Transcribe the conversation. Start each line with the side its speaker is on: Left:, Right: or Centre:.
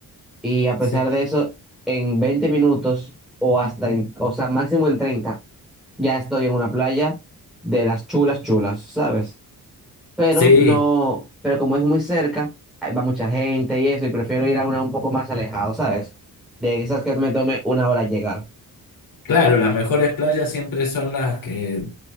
Centre: Y a pesar
Left: Sí.
Centre: de eso, en 20 minutos o hasta en, o sea, máximo en 30 ya estoy en una playa de las chulas chulas, ¿sabes? Pero
Left: Sí,
Centre: no, pero como es muy cerca, ahí va mucha gente y eso, y prefiero ir a una un poco más alejado, ¿sabes? De esas que me tome una hora llegar.
Left: claro, las mejores playas siempre son las que